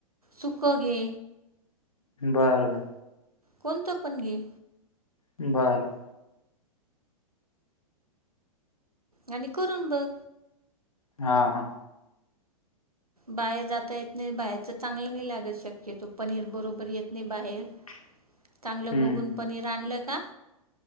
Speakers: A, on the right (about 85°); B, on the left (about 70°).
A: सुख घे.
B: बर बर.
A: कोणतं पण घे.
B: बरं.
A: आणि करून बघ.
B: हा हा.
A: बाहेर जाता येत नाही, बाहेरचं चांगलं नाही लागत शक्यतो पनीर बरोबर येत नाही बाहेर.
B: <unintelligible>
A: चांगलं
B: हम्म
A: बघून पनीर आणलं का?